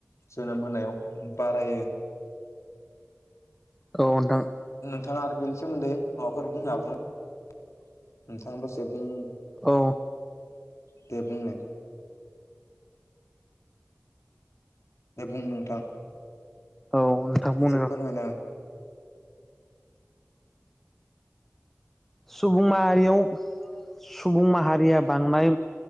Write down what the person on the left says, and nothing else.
जोनोम होनायाव बारायो
नोंथाङा आरो बेनि सोमोन्दै माबाफोर बुंनो हग नोंथाङा दसे बुं
दे बुंनाय दे बुं नोंथां
एसे
फोरमायना